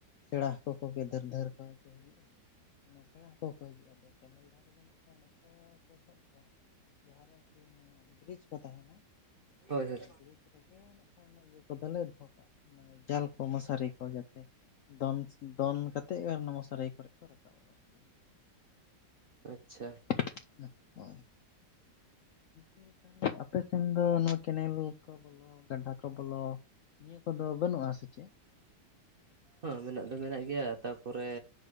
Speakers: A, on the left; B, on the right.
A: ᱥᱮᱬᱟ ᱦᱟᱹᱠᱳ ᱠᱚᱜᱮ ᱫᱷᱟᱹᱨ ᱫᱷᱟᱹᱨ ᱠᱚ ᱠᱚ ᱦᱤᱡᱩᱜᱼᱟ᱾ ᱢᱟᱱᱮ ᱥᱮᱬᱟ ᱦᱟᱹᱠᱳ ᱠᱚ ᱦᱤᱡᱩᱜᱼᱟ ᱟᱫᱚ ᱠᱮᱱᱮᱞ ᱫᱟᱜ <inaudible> ᱱᱟᱝᱠᱟ ᱠᱚ ᱥᱟᱵ ᱠᱚᱣᱟ, ᱡᱟᱦᱟᱸ ᱨᱮ ᱟᱨᱠᱤ ᱢᱟᱱᱮ ᱵᱨᱤᱡᱽ ᱠᱚ ᱛᱟᱦᱮᱸᱱᱟ᱾
B: ᱦᱳᱭ
A: ᱚᱱᱟ
B: ᱦᱳᱭ
A: ᱵᱨᱤᱡᱽ ᱨᱮᱜᱮ ᱱᱟᱜᱠᱷᱟᱱ ᱚᱱᱟ, ᱤᱭᱟᱹ ᱠᱚᱫᱚᱞᱮ ᱫᱚᱦᱚ ᱠᱟᱜᱼᱟ ᱢᱟᱱᱮ ᱡᱟᱞ᱾ ᱢᱚᱥᱟᱨᱤ ᱠᱚ ᱡᱟᱛᱮ, ᱫᱚᱱ-ᱫᱚᱱ ᱠᱟᱛᱮᱫ ᱟᱨ ᱚᱱᱟ ᱢᱚᱥᱟᱨᱤ ᱠᱚᱨᱮ ᱠᱚ ᱨᱟᱠᱟᱵᱼᱟ, ᱟᱨᱠᱤ᱾
B: ᱟᱪᱪᱷᱟ᱾
A: <unintelligible> ᱦᱳᱭ <unintelligible> ᱟᱯᱮᱥᱱ ᱫᱚ ᱱᱚᱣᱟ ᱠᱮᱱᱮᱞ ᱠᱚ ᱵᱚᱞᱚ, ᱜᱟᱰᱟ ᱠᱚ ᱵᱚᱞᱚ ᱱᱤᱭᱟᱹ ᱠᱚᱫᱚ, ᱵᱟᱹᱱᱩᱜᱼᱟ ᱥᱮ ᱪᱮᱫ?
B: ᱦᱚᱸᱻ ᱢᱮᱱᱟᱜ ᱫᱚ ᱢᱮᱱᱟᱜ ᱜᱮᱭᱟ ᱛᱟᱯᱚᱨᱮ